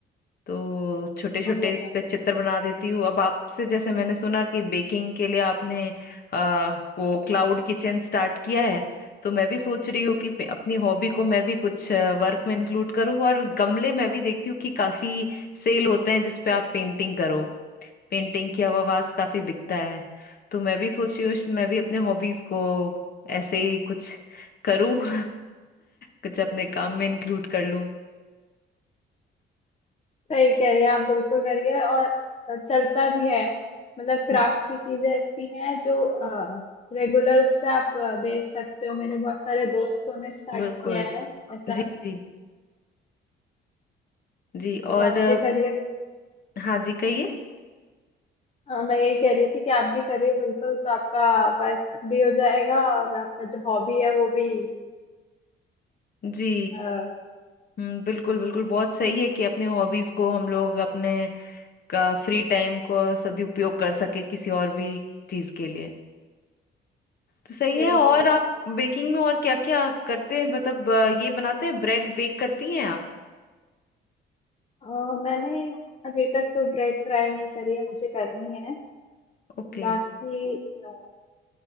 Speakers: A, on the left; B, on the left.
A: तो छोटे छोटे
B: और बोला,
A: इस पे चित्र बना देती हूँ अब आपसे जैसे मैंने सुना कि बेकिंग के लिए आपने आ, वो क्लाउड किचन स्टार्ट किया है तो मैं भी सोच रही हूँ कि पे- अपनी हॉबी को मैं भी कुछ वर्क में इंक्लूड करूँ और गमले मैं भी देखती हूँ कि काफी सेल होते हैं जिसपे आप पेंटिंग करो पेंटिंग की आवाज काफी बिकता है तो मैं भी सोची हूँ श- मैं भी अपने हॉबीज को ऐसे ही कुछ करूँ <laughs> कुछ अपने काम में इंक्लूड कर लूँ
B: सही कह रही हैं आप बिल्कुल करिए और चलता भी है मतलब क्राफ्ट
A: ब-
B: की चीजें ऐसी हैं जो रेगुलर उस पे आप अ, बेच सकते हो मेरे बहुत सारे दोस्तों ने स्टार्ट
A: बिल्कुल
B: किया है ऐसा
A: जी जी जी
B: तो
A: और
B: आप
A: अ,
B: भी करिए
A: हाँ जी कहिए
B: हाँ मैं यही कह रही थी कि आप भी करिए बिल्कुल तो आपका वर्क भी हो जाएगा और आपका जो हॉबी है वो भी
A: जी
B: अ,
A: हम्म, बिल्कुल बिल्कुल बहुत सही है कि अपने हॉबीज को हम लोग अपने का फ्री टाइम को सदुपयोग कर सके किसी और भी चीज के लिए तो सही है
B: बिल्कुल
A: और आप बेकिंग में और क्या क्या करते हैं मतलब अ, ये बनाते हैं ब्रेड बेक करती हैं आप
B: अ, मैंने अभी तक तो ब्रेड ट्राई नहीं करी है मुझे करनी है
A: ओके
B: बाकी अ,